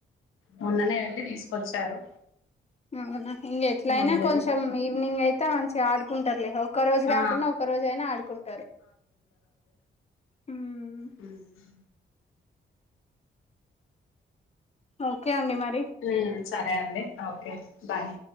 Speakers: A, on the left; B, on the left.
A: మొన్ననే అని తీసుకొచ్చారు
B: అవునా ఇంక ఎట్లయినా
A: మొన్నెళ్ళి
B: కొంచెం ఈవినింగ్ అయితే మంచిగా ఆడుకుంటారులే ఒకరోజు కాకుంనా
A: ఆ
B: ఒక రోజు అయినా ఆడుకుంటారు ఉమ్
A: హ్మ్
B: ఓకే అండి మరి
A: ఉమ్ సరే అండి ఓకే బాయ్